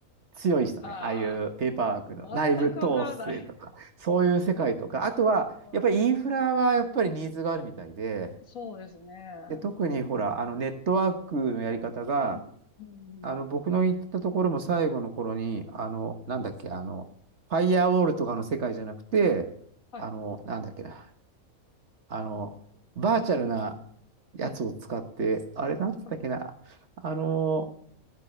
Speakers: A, on the right; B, on the left.
A: 強い人ね。
B: ああ、
A: ああいうペーパーワークの内部統制とか、
B: 全くわからない。
A: そういう世界とか、あとは、
B: うん。
A: やっぱりインフラはやっぱりニーズがあるみたいで、
B: そうですね。
A: で、特にほら、あの、ネットワークのやり方が、
B: うん。うん。
A: あの、
B: うん
A: 僕の行ったところも最後の頃に、あの、なんだっけ、あの、ファイアウォールとかの世界じゃなくて、
B: はい。
A: あの、なんだっけな、あの、バーチャルなやつを使って、
B: はい。
A: あれ、なんつったっけな、
B: はい。
A: あの、